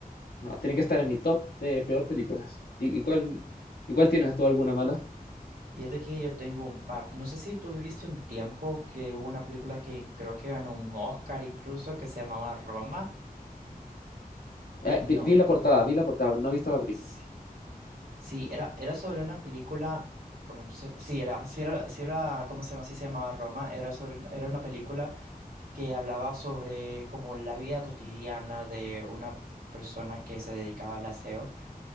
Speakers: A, on the left; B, on the right.
A: no, tiene que estar en mi top de peor películas. ¿Y, y cuál, y cuál tienes tú alguna mala?
B: Fíjate que yo tengo un par. No sé si tú viste un tiempo que hubo una película que creo que ganó un Oscar incluso, que se llamaba Roma.
A: Eh, vi,
B: No.
A: vi la portada, vi la portada, pero no he visto la película.
B: Sí. Sí, era, era sobre una película, bueno, no sé- sí, era, sí era, sí era, ¿cómo se llama? Sí se llamaba Roma, era sobre, una- era una película que hablaba sobre como la vida cotidiana de una persona que se dedicaba al aseo,